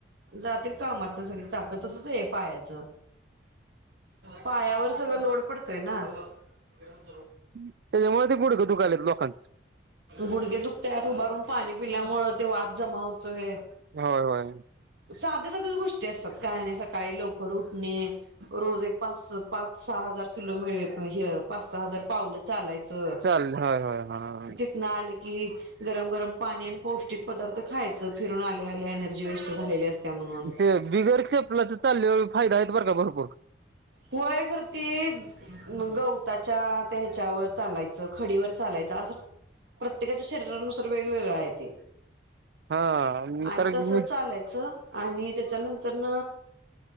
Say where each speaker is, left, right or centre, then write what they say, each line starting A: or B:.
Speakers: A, on the right; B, on the right.
A: जातील कामातन सगळी. चाक तसच आय पायाच पायावर सगळं लोड पडतोय ना. <unintelligible>
B: त्याच्यामुळे तें गुडघ दुखाय लेत लोकांचं.
A: गुडगे दुकत्यात उभारून पाणी पिल्यामुळ ते वात जमा होतोय.
B: होय होय.
A: साद्या सादयाच गोष्टी असतात काय नाही सकाळी लवकर उठणे रोज एक पाच पाच सा हजार किलो मि हे पाच सहा हजार पावलं चालायच.
B: चालेल
A: तितन
B: होय होय हा
A: आल की... गरम गरम पाणी आणि पौष्टिक पदार्थ खायचं फिरून आल्या आल्या एनर्जी झालेली असत्या म्हणून
B: ते बिगर चेपलाच चाल्यावर फायद हायत बरं का भरपूर.
A: <unintelligible> गवताच्या, त्या ह्याच्या वार चालणे. खडीवर चालायच असं प्रत्येकाच्या शरीरानुसार वेगवेगळ हाय ते.
B: हा
A: आणि
B: कारण
A: तस
B: की
A: चालायचं.
B: मी
A: आणि त्याच्यानंतरन...